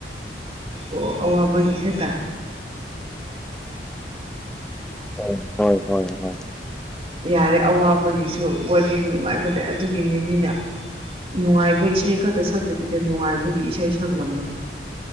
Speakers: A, on the right; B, in the centre.
A: ꯑꯣ ꯑꯋꯥꯕꯥꯒꯤ ꯈꯛꯇꯥ
B: ꯍꯣꯏ ꯍꯣꯏ ꯍꯣꯏ
A: ꯌꯥꯔꯦ ꯑꯋꯥꯕꯒꯤꯁꯨ ꯋꯥꯔꯤ ꯅꯨꯡꯉꯥꯏꯕꯗ ꯑꯗꯨꯒꯤꯅꯤ ꯃꯤꯅ ꯅꯨꯡꯉꯥꯏꯕ ꯏꯁꯩ ꯈꯛꯇ ꯁꯛꯇꯕꯤꯗ ꯅꯨꯡꯉꯥꯏꯕꯒꯤ ꯏꯁꯩ ꯁꯛꯂꯝꯃꯣ